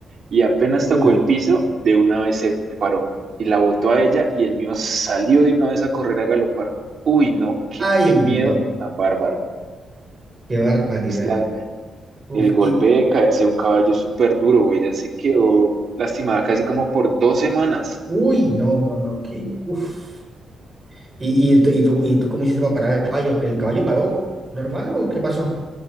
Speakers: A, on the right (about 50°); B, on the right (about 20°).
A: Y apenas
B: Uy,
A: tocó el piso, de una vez se paró y la botó a ella y el mío salió de una vez a correr a galopar. Uy, no, qué,
B: ay
A: qué miedo
B: no,
A: tan bárbaro.
B: qué barbaridad.
A: Pues claro
B: Uf,
A: el golpe
B: y
A: de caerse de un caballo es súper duro, ella se quedó lastimada casi como por dos semanas.
B: uy, no, no, no, qué, uf. ¿Y, y, ent- y tú, y tú cómo hiciste para parar el caballo? ¿El caballo paró normal o qué pasó?